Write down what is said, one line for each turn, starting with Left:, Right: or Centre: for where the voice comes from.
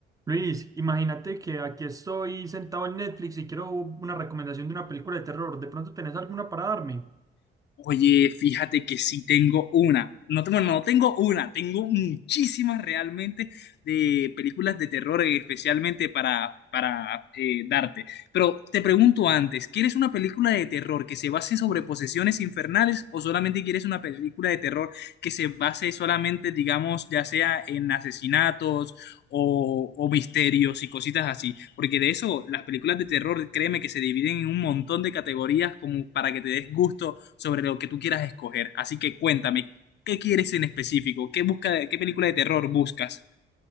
Right: Luis, imagínate que aquí estoy sentado en Netflix y quiero una recomendación de una película de terror. ¿De pronto tenés alguna para darme?
Left: Oye, fíjate que sí tengo una. No tengo, no tengo una, tengo muchísimas realmente de películas de terror, eh, especialmente para, para eh, darte. Pero te pregunto antes, ¿quieres una película de terror que se base sobre posesiones infernales o solamente quieres una película de terror que se base solamente, digamos, ya sea en asesinatos o, o misterios y cositas así. Porque de eso, las películas de terror, créeme que se dividen en un montón de categorías como para que te des gusto sobre lo que tú quieras escoger. Así que cuéntame, ¿qué quieres en específico? ¿Qué, busca, qué película de terror buscas?